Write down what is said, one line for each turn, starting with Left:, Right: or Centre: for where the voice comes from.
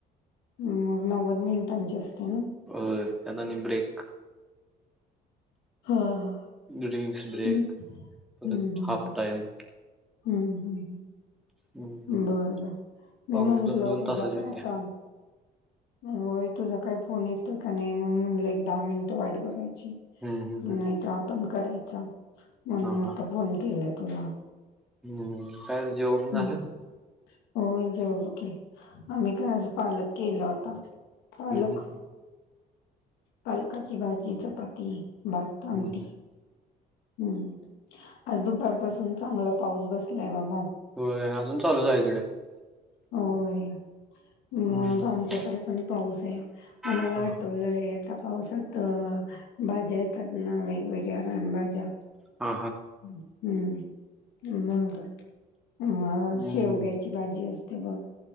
Left: मग, नव्वद मिनीटाची, असत्या नव्ह.
Centre: होय, त्यात आणि ब्रेक,
Left: हा, हा,
Centre: डरिंंगस ब्रेक,
Left: हम्म
Centre: परत
Left: हम्म
Centre: हाफ टाइम,
Left: हम्म हम्,
Centre: हम्म
Left: बर, बर मी
Centre: पाहुणे
Left: म्हनलो,
Centre: दोन दोन
Left: तुझा
Centre: तासाची
Left: काय
Centre: होत्या
Left: आता, होय, तुझा काय फोन येतोय का नाही. म्हणल एक दहा मिनिटं वाट बघायची,
Centre: हम्म हम्म हम्म
Left: नाहीतर, आपण करायच म्हणून,
Centre: हा
Left: आता
Centre: हा
Left: फोन केलाय तुला.
Centre: हम्म, काय जेवण झालं?
Left: हम्म. होय, जेवलोकी आम्ही काय, आज पालक केला होता,
Centre: हम्म
Left: पालक.
Centre: हम्म
Left: पालकाची, भाजी, चपाती, भात, आमटी,
Centre: हम्म हम्म
Left: हम्म, आज दुपार पाासून चांगला पाऊस, बसलाय बाबा.
Centre: हो, अजून चालूच आहे इकडे.
Left: होय, मग,
Centre: हम्म
Left: आमच्याकडे पण पाऊस आहे, मग मला
Centre: हा
Left: आठवलंय
Centre: हा
Left: आता. पावसात, भाज्या येतात ना, वेगवेगळ्या रानभज्या
Centre: हा हा.
Left: हम्म! मग अ
Centre: हम्म
Left: शेवग्याची भाजी असते. ते बघ,